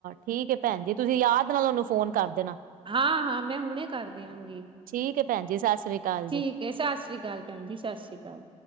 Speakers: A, on the right; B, on the right.
A: ਠੀਕ ਐ ਭੈਣ ਜੀ ਤੁਸੀਂ ਯਾਦ ਨਾਲ ਓਨੂੰ ਫੋਨ ਕਰ ਦੇਣਾ।
B: ਹਾਂ-ਹਾਂ ਮੈਂ ਹੁਣੇ ਕਰ ਦਿਆਂਗੀ
A: ਠੀਕ ਹੈ ਭੈਣ ਜੀ ਸਤਿ ਸ੍ਰੀ ਅਕਾਲ ਜੀ
B: ਠੀ ਕੇ ਸਤਿ ਸ਼੍ਰੀ ਕਾਲ ਭੈਣ ਜੀ ਸਤਿ ਸ਼੍ਰੀ ਕਾਲ।